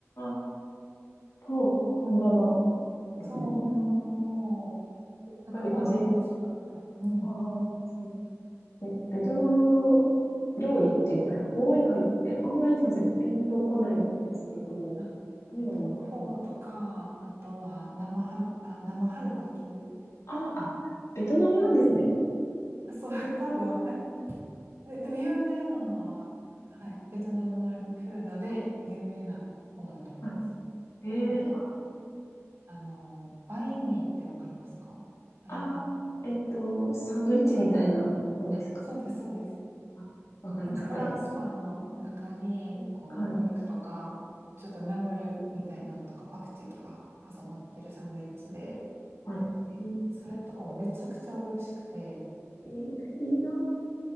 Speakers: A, on the left; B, on the right.
A: あ、と、本場のですね。
B: そう、本場のフォー。
A: やっぱり味、
B: なんかご飯美味しかった。うん。
A: ああ、そう。え、ベトナム料理って言ったら、フォー以外ってあんまりすいません、ピンとこないんですけど、
B: あ、
A: どうなのかな
B: えっと、フォーとか、あとは生ハ、あ、生春巻き。
A: あ、あ、ベトナムなんですね。
B: あそう、<laughs> 多分、え、で、でも有名なのは、はい、ベトナムのフードで有名な方だと思います。
A: あはい。ええ
B: あとは、あの、バインミーってわかりますかバインミー。
A: あ、あえっと、サンドイッチみたいなのですかね。
B: あ、そうです、そうです。
A: あ、わかります、
B: なんかフランスパンの中に、
A: わかります。
B: こう、
A: はい。
B: お肉とか、ちょっとナムルみたいなのとか、パクチーとか挟まってるサンドイッチで、
A: はい。えー
B: それとかもめちゃくちゃ美味しくて、
A: いい、いいな。